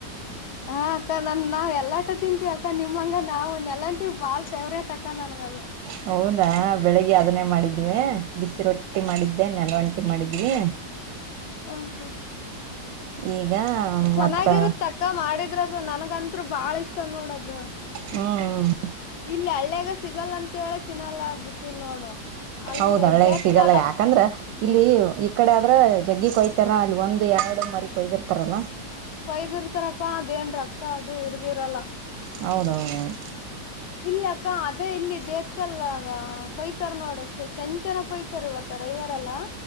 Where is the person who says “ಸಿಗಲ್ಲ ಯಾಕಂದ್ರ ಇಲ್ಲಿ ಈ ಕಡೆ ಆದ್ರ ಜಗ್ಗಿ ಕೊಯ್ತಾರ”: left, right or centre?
Right